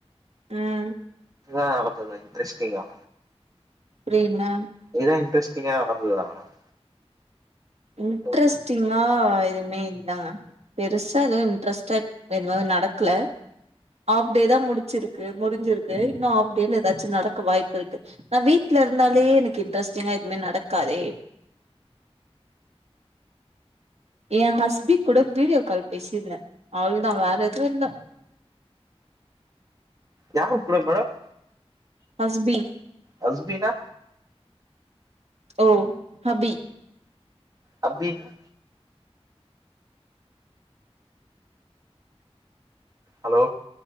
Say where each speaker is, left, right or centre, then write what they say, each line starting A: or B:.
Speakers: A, on the right; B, on the right.
A: ம்
B: ஆ அளத்ததுா இன்ட்ரெஸ்டிங் ஆ
A: புரில
B: ஏது இன்ரெஸ்டிங்கா நடந்ததா மேடம்
A: இன்ட்ரெஸ்ட்டிங்கா
B: ஓகே
A: எதுமே இல்லங்க பெருசா எதுவு இன்ட்ரெஸ்ட்டா எதுவு நடக்ல ஆஃப் டே தா முடிச்சிருக்கு முடிஞ்சிருக்கு இன்னு ஆஃப் டேல ஏதாச்சு நடக்க வாய்ப்பு இருக்கு நா வீட்ல இருந்தாலே எனக்கு இன்ட்ரெஸ்டிங்கா எதுமே நடக்காதே ஏ ஹஸ்பி கூட வீடியோ கால் பேசிருந்தே அவ்ளதா வேற எதுவு இல்ல
B: யார் கூட மேடம்
A: ஹஸ்பீ
B: ஹஸ்பீனா
A: ஓ ஹபி
B: ஹபினா ஹலோ